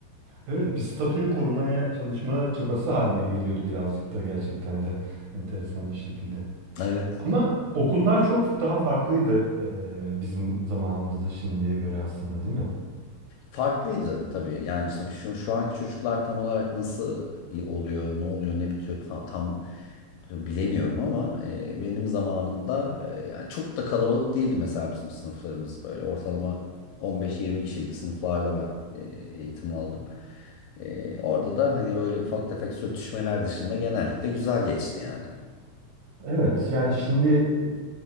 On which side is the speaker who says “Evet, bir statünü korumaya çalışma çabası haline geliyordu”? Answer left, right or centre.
Right